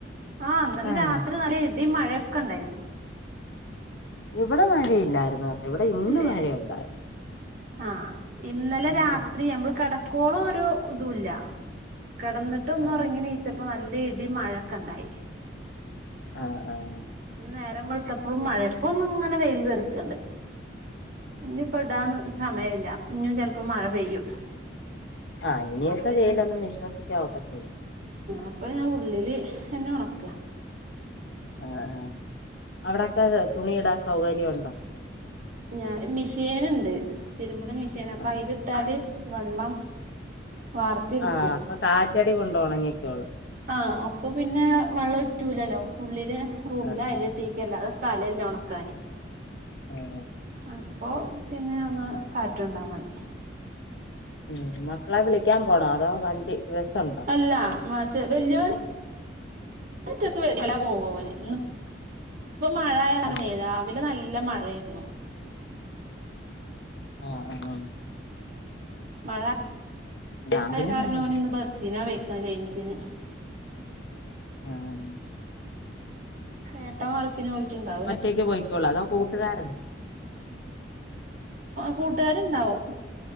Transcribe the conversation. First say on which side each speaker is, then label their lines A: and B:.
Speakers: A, on the right (about 50°); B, on the left (about 70°).
A: ആഹ് ഇന്നല
B: ആഹ്
A: രാത്രി നല്ല ഇടിയും മഴയൊക്കെ ഉണ്ടായിരുന്നു.
B: ഇവിടെ മഴയില്ലായിരുന്നു. ഇവിടെ ഇന്ന്
A: ഇല്ലേ
B: മഴയുണ്ടായിരുന്നു
A: ആഹ് ഇന്നലെ
B: ഇന്നില്ല
A: രാത്രി നമ്മൾ കട. ക്കോളൊരു ഇതുല്ല കിടന്നിട്ട് ഒന്
B: ആഹ്
A: ഒറങ്ങി നീച്ചപ്പോ നല്ല. ഇടി മഴൊക്കെണ്ടായി.
B: ആഹ് ആഹ്.
A: ഇന്ന് നേരം വെളുത്തപ്പോഴും മഴ പ്പോ ഒന് ഇങ്ങനെ വെയിൽഎറിക്കുണണ്ട്. ഇനി ഇപ്പടാന്
B: ആഹ്
A: സമയില്ല അപ്പൊ ഇഞ്ഞും ചിലപ്പോ മഴ പെയ്യും.
B: ആഹ് ഇനിയത്തെ
A: അപ്പൊ
B: വെയിലൊന്നും
A: ഞാൻ
B: വിശ്വസിക്കാൻ ഒക്കത്തില്ല
A: അപ്പൊ ഞാ ഉള്ളില്
B: ഉം.
A: ന്നെ ഒണക്ക.
B: ആഹ് ആഹ് അവിടെക്കെ തുണിയിടാൻ സൗകര്യം ഉണ്ടോ?
A: ഞാന് മെഷീൻണ്ട് തിരുമ്പണ മിഷീൻ അപ്പൊ
B: ആഹ്
A: അതിലിട്ടാല് വെള്ളം. വാർത്തെടുക്കും
B: ആഹ് അപ്പൊ കാറ്റടി കൊണ്ട് ഒണങ്ങിക്കോളൂം.
A: ആഹ് അപ്പൊ പിന്നെ വെള്ളം ഒറ്റൂലല്ലോ ഉള്ളില് റൂമില്
B: ആഹ്
A: അയല
B: ആഹ്
A: കെട്ടി. ക്ക് അല്ലതെ സ്ഥലല്ല ഒണക്കാന്.
B: ആഹ്.
A: അപ്പോ പിന്നെ ഒന്ന് കാറ്റുണ്ടാൽ മതി.
B: ഉം മക്കളെ വിളിക്കാൻ പോകണോ അതോ വണ്ടി ബസുണ്ടോ?
A: അല്ല ചെ വല്ലോന് ഒറ്റക്കെന്ന പോവോന്. ന്ന്ഇപ്പൊ
B: ആഹ്
A: മഴആയ കാരണെയ്
B: ആഹ്
A: രാവിലെ നല്ല മഴ ആയിരുന്നു.
B: ആഹ് ആഹ് ആ.
A: മഴ
B: രാവിലെ
A: കാരണഇന്ന്
B: മഴയാ
A: ഓന് ബസിനാ പെയ്ക്ണ് ലെൻ ബസിന്.
B: ആഹ്
A: ഏട്ട വർക്കി. ക്കിന് പൊയിക്കിണ്ടാ.
B: ഒറ്റയ്ക്ക് പോയിക്കോള്ളൂ അതോ കൂട്ടുകാരൊ
A: കൂട്ടുകാരുണ്ടാവും.